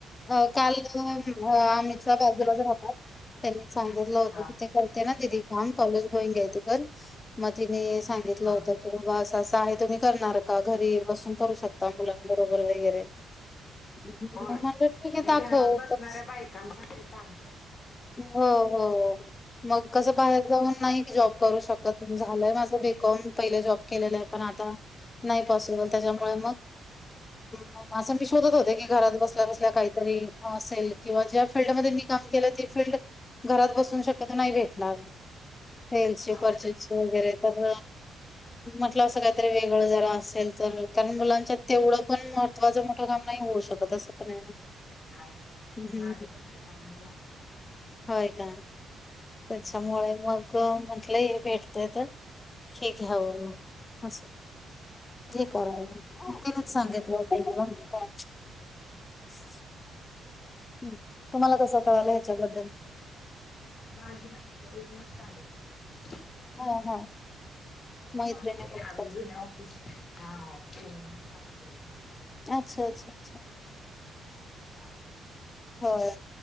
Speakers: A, on the left (about 30°); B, on the left (about 45°).
A: अ काल आमच्या बाजूलाच राहतात. त्यांनी सांगितलं होतं
B: हा
A: कि, ते करतात. ते ना दिदी काम कॉलेज गोइंगय, ते कर. मग तिने सांगितलं
B: हा
A: होत कि बा असं- असं आहे. तुम्ही करणार का? घरी बसून करू शकता. मुलांबरोबर वगैरे. हम्. मी
B: होय
A: म्हंणल ठीकय.
B: हे
A: दाखव.
B: घरात बसणाऱ्या
A: कस
B: बायकांसाठी चांगलं आहे
A: हो, हो, हो. मग कसं बाहेर जाऊन, नाही जॉब करू शकत. झालंय माझं बी कॉम. पहिले जॉब केलेलाय. पण आता नाही पॉसिबल. त्याज्यामुळे
B: हा
A: मग म असं मी शोधत होते की, घरात बसल्या- बसल्या काहीतरी असेल. किंवा ज्या फिल्डमध्ये मी काम केलं, ती फिल्ड. घरात बसून शक्यतो नाही भेटणार. सेलची
B: नाही
A: परचेस वगैरे. तर म्हटलं असं काहीतरी, वेगळं जरा असेल तर. कारण मला तेवढं पण महत्त्वाचं, मोठं काम नाही होऊ शकत. असं पणय ना.
B: <unintelligible> माझं
A: हं,
B: पण बी कॉमच झालंय.
A: होय का?
B: झालं
A: त्याच्यामुळे मग क म्हटलं हे भेटतय तर, हे घ्यावं मग. असं. हे करावं. तिनच सांगितलं होतं. <unintelligible> ह्. तुम्हाला कसं कळालं? ह्याच्याबद्दल.
B: माझी मैतरीण चालू केलं.
A: हा हा मैत्रिणी
B: ह ते,
A: मिळतात
B: आम्ही जुन्या हा. तिनं चालू केलं.
A: अच्छा, अच्छा, अच्छा.
B: त्या
A: होय.